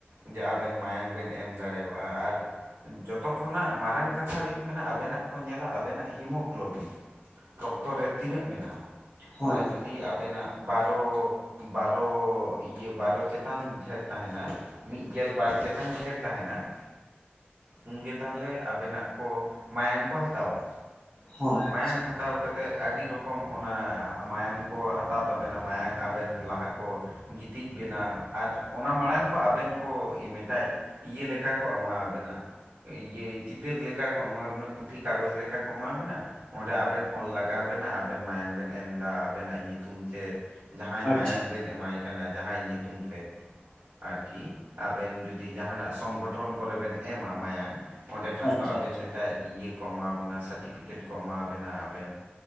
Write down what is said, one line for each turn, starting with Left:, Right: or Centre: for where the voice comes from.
Right: ᱡᱮ ᱟᱵᱮᱱ ᱢᱟᱭᱟᱝ ᱵᱮᱱ ᱮᱢ ᱫᱟᱲᱮᱣᱟᱜ-ᱟ ᱟᱨ ᱡᱚᱛᱚ ᱠᱷᱚᱱᱟᱜ ᱢᱟᱨᱟᱝ ᱠᱟᱛᱷᱟ ᱦᱩᱭᱩᱜ ᱠᱟᱱᱟ ᱟᱵᱮᱱᱟᱜ ᱠᱚ ᱧᱮᱞᱟ ᱟᱵᱮᱱᱟᱜ ᱦᱤᱢᱳᱜᱞᱳᱵᱤᱱ ᱨᱚᱠᱛᱚ ᱨᱮ ᱛᱤᱱᱟᱹᱜ ᱢᱮᱱᱟᱜ-ᱟ
Left: ᱦᱳᱭ
Right: ᱚᱱᱟ
Left: ᱦᱳᱭ
Right: ᱡᱩᱫᱤ
Left: ᱦᱳᱭ
Right: ᱟᱵᱮᱱᱟᱜ ᱵᱟᱨᱚ ᱵᱟᱨᱚ ᱤᱭᱟᱹ ᱵᱟᱨᱚ ᱪᱮᱛᱟᱱ ᱰᱷᱮᱨ ᱛᱟᱦᱮᱱᱟ ᱢᱤᱫ ᱜᱮᱞ ᱵᱟᱨ ᱪᱮᱛᱟᱱ ᱰᱷᱮᱨ ᱛᱟᱦᱮᱱᱟ ᱩᱱᱜᱮ ᱛᱟᱦᱚᱞᱮ ᱟᱵᱮᱱᱟᱜ ᱠᱚ ᱢᱟᱭᱟᱝ ᱠᱚ ᱦᱟᱛᱟᱣᱟ
Left: ᱦᱳᱭ ᱟᱪᱪᱷᱟ
Right: ᱢᱟᱭᱟᱝ
Left: ᱟᱪᱪᱷᱟ
Right: ᱦᱟ ᱛᱟᱣ ᱠᱟᱛᱮᱫ ᱟᱰᱤ ᱨᱚᱠᱚᱢ ᱚᱱᱟ ᱢᱟᱭᱟᱝ ᱠᱚ ᱦᱟᱛᱟᱣ ᱛᱟᱵᱮᱱᱟ ᱢᱟᱭᱟᱝ ᱟᱵᱮᱱ ᱞᱟᱦᱟ ᱠᱚ ᱜᱤᱛᱤᱡ ᱵᱮᱱᱟ ᱟᱨ ᱚᱱᱟ ᱢᱟᱲᱟᱝ ᱠᱚ ᱟᱵᱮᱱ ᱠᱚ ᱢᱮᱴᱟᱭ ᱤᱭᱟᱹ ᱞᱮᱠᱟ ᱠᱚ ᱮᱢᱟᱣ ᱟᱵᱮᱱᱟ ᱤᱭᱟᱹ ᱪᱤᱹᱛᱟᱨ ᱞᱮᱠᱟ ᱠᱚ ᱮᱢᱟᱣ ᱟᱵᱮᱱᱟ ᱯᱩᱛᱷᱤ ᱠᱟᱜᱚᱡᱽ ᱞᱮᱠᱟ ᱠᱚ ᱮᱢᱟᱣ ᱟᱵᱮᱱᱟ ᱚᱸᱰᱮ ᱟᱵᱮᱱ ᱚᱞ ᱞᱟᱜᱟᱣ ᱟᱵᱮᱱᱟ ᱟᱵᱮᱱ ᱢᱟᱭᱟᱝ ᱵᱮᱱ ᱮᱢᱫᱟ ᱟᱵᱮᱱᱟᱜ ᱧᱩᱛᱩᱢ ᱪᱮᱫ? ᱡᱟᱦᱟᱸᱭ
Left: ᱟᱪᱪᱷᱟ
Right: ᱢᱟᱭᱟᱝ ᱵᱮᱱ ᱮᱢᱟᱭ ᱠᱟᱱᱟ ᱡᱟᱦᱟᱸᱭ ᱧᱩᱛᱩᱢ ᱛᱮ ᱟᱨᱠᱤ ᱟᱵᱮᱱ ᱡᱩᱫᱤ ᱡᱟᱦᱟᱱᱟᱜ ᱥᱚᱝᱜᱚᱴᱷᱚᱱ ᱠᱚᱨᱮ ᱵᱮᱱ ᱮᱢᱟ ᱢᱟᱭᱟᱝ ᱚᱸᱰᱮ ᱠᱷᱟᱱ
Left: ᱟᱪᱪᱷᱟ
Right: ᱫᱚ ᱟᱵᱮᱱ
Left: ᱟᱪᱪᱷᱟ
Right: ᱢᱮᱫᱴᱮᱡ ᱤᱭᱟᱹ ᱠᱚ ᱮᱢᱟ ᱟᱵᱮᱱᱟ ᱥᱟᱴᱤᱯᱷᱤᱠᱤᱴ ᱠᱚ ᱮᱢᱟ ᱟᱵᱮᱱᱟ ᱟᱵᱮᱱ᱾